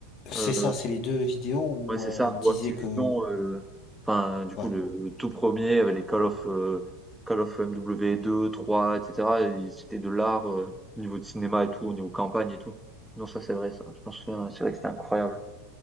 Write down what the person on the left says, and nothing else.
C'est
ça, c'est les deux vidéos où
euh,
il disait
que,
ouais,